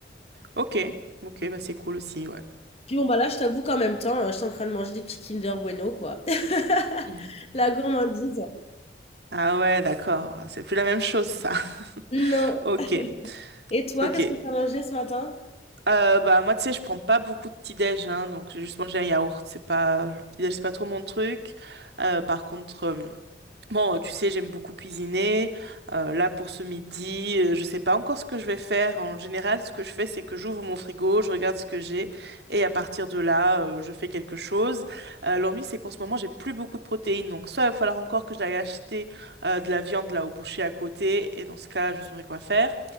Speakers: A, on the right; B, on the left.
A: Ok, ok, bah c'est cool aussi, ouais.
B: Puis bon, bah là, je t'avoue qu'en même temps, euh, je suis en train de manger des petits Kinder Bueno, quoi. <laughs>
A: Mhm.
B: La gourmandise.
A: Ah ouais, d'accord. C'est plus la même chose, ça. <laughs>
B: Non.
A: Ok,
B: <laughs> Et toi,
A: ok.
B: qu'est-ce que tu as mangé ce matin?
A: Euh, bah moi, tu sais, je prends pas beaucoup de petit-déj, hein, donc j'ai juste mangé un yaourt. C'est pas le petit-déj, c'est pas trop mon truc. Euh, par contre. euh, Bon, euh, tu sais, j'aime beaucoup cuisiner. Euh, là, pour ce midi, euh, je sais pas encore ce que je vais faire. En général, ce que je fais, c'est que j'ouvre mon frigo, je regarde ce que j'ai, et à partir de là, euh, je fais quelque chose. Euh, l'ennui, c'est qu'en ce moment, j'ai plus beaucoup de protéines. Donc, soit il va falloir encore que j'aille acheter euh, de la viande là au boucher à côté, et dans ce cas, je saurai quoi faire.